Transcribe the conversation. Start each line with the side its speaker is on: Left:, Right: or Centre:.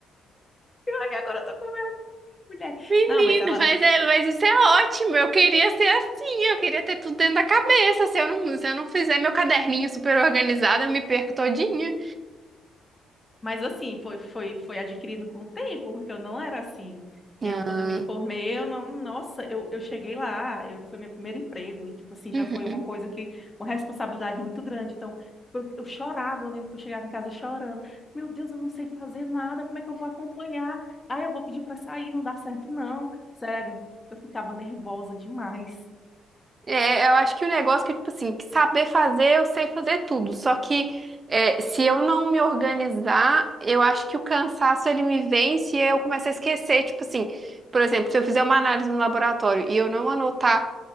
Left: ai, agora eu tô com vergonha, mulher.
Right: Menina,
Left: Não, mas ela.
Right: mas, é, mas isso é ótimo. Eu queria ser assim, eu queria ter tudo dentro da cabeça. Se eu não, se eu não fizer meu caderninho super organizado, eu me perco todinha.
Left: Mas assim, foi, foi, foi adquirindo com o tempo, porque eu não era assim.
Right: Ah,
Left: Eu, quando eu me formei, eu não, nossa, eu, eu cheguei lá, eu, foi meu primeiro emprego, e tipo assim, já
Right: Uhum.
Left: foi uma coisa que, uma responsabilidade muito grande. Então, eu, eu chorava, eu lembro que eu chegava em casa chorando. Meu Deus, eu não sei fazer nada, como é que eu vou acompanhar? Ah, eu vou pedir pra sair, não dá certo, não. Sério, eu ficava nervosa demais.
Right: É, eu acho que o negócio que, tipo assim, que saber fazer, eu sei fazer tudo. Só que é, se eu não me organizar, eu acho que o cansaço ele me vence e eu começo a esquecer. Tipo assim, por exemplo, se eu fizer uma análise no laboratório e eu não anotar